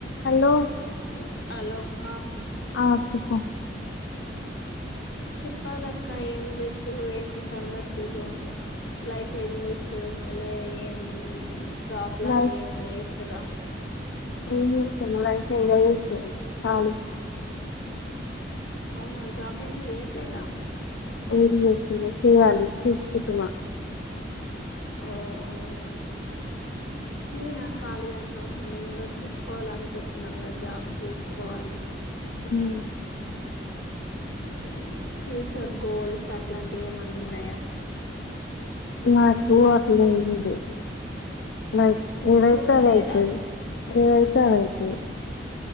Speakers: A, on the left (about 90°); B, on the left (about 70°).
A: హలో
B: మ్ మ్ అలో అక్క
A: ఆ చెప్పు
B: చెప్పాలక్క ఏం చేస్తురు ఏంటి సంగతులు లైఫ్ ఏం చేస్తారు మళ్ళీ ఏం జాబ్ లాంటివి
A: లైఫ్
B: ఏమన్నా చేస్తారా
A: ఏం లేదు సార్ మళ్ళీ <unintelligible> కాళి
B: అవునా జాబ్ ఏం జెయ్యట్లేదా
A: ఏమ్ చేతురు చేయాలి చుసుకుంటున్నా
B: ఓ <inaudible> నేనా కాళీ అక్క నేను కూడా చూసుకోవాల అనుకుంటున్నా గదా జాబ్ జెస్కోవాలి
A: మ్
B: మ్మ్ ఫ్యూచర్ గోల్స్ తాట్లాంటివి ఏమనున్నయ్య
A: మాకు అట్లు <unintelligible> లైఫ్ ఏదైతే
B: గోల్
A: అదైతది
B: లేదా
A: ఏద్ <unintelligible>